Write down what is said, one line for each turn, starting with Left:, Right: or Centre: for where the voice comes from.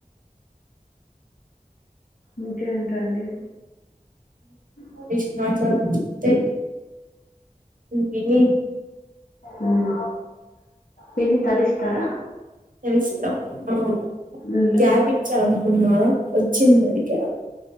Left: ఇంకేంటండి ఉ
Right: సమాచారం చెప్తే విని
Left: ఉమ్ విని తరిస్తారా
Right: తెలుసతా ఆ
Left: మ్మ్.
Right: గ్యాప్ ఇచ్చా అనుకున్నారా వొచ్చింది అది గ్యాప్